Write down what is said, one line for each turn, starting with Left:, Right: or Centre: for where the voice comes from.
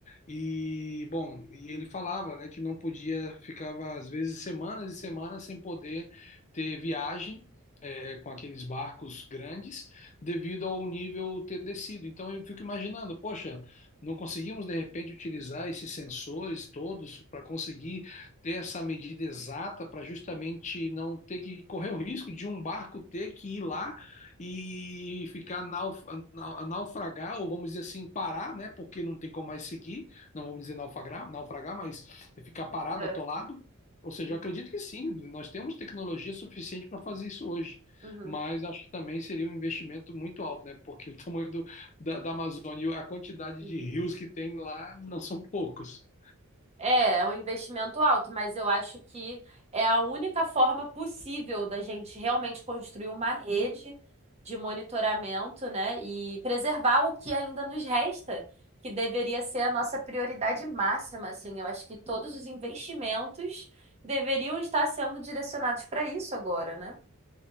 Left: E, bom, e ele falava, né, que não podia, ficava às vezes semanas e semanas sem poder ter viagem. é, com aqueles barcos grandes, devido ao nível ter descido. Então eu fico imaginando, poxa, não conseguimos de repente utilizar esses sensores todos para conseguir ter essa medida exata para justamente não ter que correr o risco de um barco ter que ir lá e ficar nauf na- naufragar, ou vamos dizer assim, parar, né? Porque não tem como mais seguir, não vamos dizer naufragar, naufragar, mas é ficar parado,
Right: É.
Left: atolado. Ou seja,
Right: Uhum.
Left: eu acredito que sim, nós temos tecnologia suficiente para fazer isso hoje,
Right: Uhum.
Left: mas acho que também seria um investimento muito alto, né? Porque o tamanho do, da, da Amazônia e a quantidade
Right: Uhum.
Left: de rios que tem lá não são poucos.
Right: É, é um investimento alto, mas eu acho que é a única forma possível da gente realmente construir uma rede de monitoramento, né, e preservar o que ainda nos resta, que deveria ser a nossa prioridade máxima, assim. Eu acho que todos os investimentos deveriam estar sendo direcionados para isso agora, né?